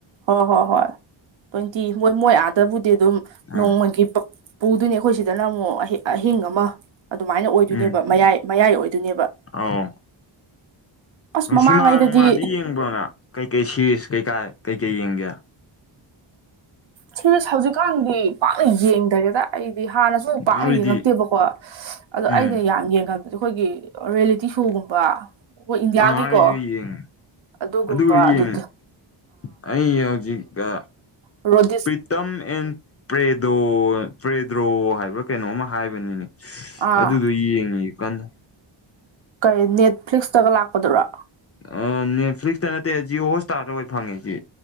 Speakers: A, on the right (about 65°); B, on the left (about 35°).
A: ꯍꯣꯏ ꯍꯣꯏ ꯍꯣꯏ ꯇ꯭ꯋꯦꯟꯇꯤ ꯃꯣꯏ ꯃꯣꯏ ꯑꯥꯗꯥꯕꯨꯗꯤ ꯑꯗꯨꯝ ꯅꯣꯡꯃꯒꯤ
B: ꯑꯥ
A: ꯄꯛ ꯄꯨꯗꫭꯏꯅꯤ ꯑꯩꯈꯣꯏ ꯁꯤꯗꯅ ꯑꯃꯨꯛ ꯑꯍꯤꯡ ꯑꯃ ꯑꯗꯨꯃꯥꯏꯅ ꯑꯣꯏꯗꯣꯏꯅꯦꯕ
B: ꯎꯝ
A: ꯃꯌꯥꯏ ꯃꯌꯥꯏ ꯑꯣꯏꯗꯣꯏꯅꯦꯕꯥ꯫
B: ꯑꯧ
A: ꯃꯃꯥꯡꯉꯩꯗꯗꯤ
B: ꯁꯤꯃ ꯅꯨꯡꯃꯥꯟꯗꯤ ꯌꯦꯡꯕ꯭ꯔꯣꯅ ꯀꯩꯀꯩ ꯁꯤꯔꯤꯁ ꯀꯩꯀꯥ ꯀꯩꯀꯩ ꯌꯦꯡꯒꯦ
A: ꯁꯤꯁ ꯍꯧꯖꯤꯛꯀꯥꯟꯗꯤ ꯄꯥꯛꯅ ꯌꯦꯡꯗꯔꯦꯗ ꯑꯩꯗꯤ ꯍꯥꯟꯅꯁꯨ ꯄꯥꯛꯅ
B: ꯅꯣꯏꯗꯤ
A: ꯌꯦꯡꯉꯛꯇꯦꯕꯀꯣ ꯑꯗꯣ ꯑꯩꯅ
B: ꯎꯝ
A: ꯌꯥꯝꯅ ꯌꯦꯡꯒꯟꯕꯗꫭ ꯑꯩꯈꯣꯏꯒꯤ ꯔꯤꯌꯦꯂꯤꯇꯤ ꯁꯣꯒꯨꯝꯕ ꯑꯩꯈꯣꯏ ꯏꯟꯗꯤꯌꯥꯒꯤꯀꯣ
B: ꯑ ꯑꯩꯁꯨ ꯌ‌ꯦꯡ
A: ꯑꯗꯨꯒꯨꯝꯕ
B: ꯑꯗꯨꯕꯨ ꯌꯦꯡꯉ
A: ꯑꯗꯨ
B: ꯑꯩ ꯍꯧꯖꯤꯛꯀ
A: ꯔ‌ꯣꯠ
B: ꯄ꯭ꯔꯤꯇꯝ ꯑꯦꯟ ꯄ꯭ꯔꯦꯗꯣ ꯄ꯭ꯔꯦꯗ꯭ꯔꯣ ꯍꯥꯏꯕꯔ ꯀꯩꯅꯣꯝ ꯑꯃ ꯍꯥꯏꯕꯅꯤꯅꯦ
A: ꯑꯥ
B: ꯑꯗꯨꯗꯣ ꯌꯦꯡꯉꯤ ꯀꯥꯟꯅ
A: ꯀꯩ ꯅꯦꯠꯐ꯭ꯂꯤꯛꯁꯇꯒ ꯂꯥꯛꯄꯗꯨꯔꯥ
B: ꯑꯥ ꯅꯦꯠꯐ꯭ꯂꯤꯛꯁꯇ ꯅꯠꯇꯦ ꯖꯤꯌꯑꯣ ꯍꯣꯠꯁꯇꯥꯔꯗ ꯑꯣꯏ ꯐꯪꯉꯦꯁꯤ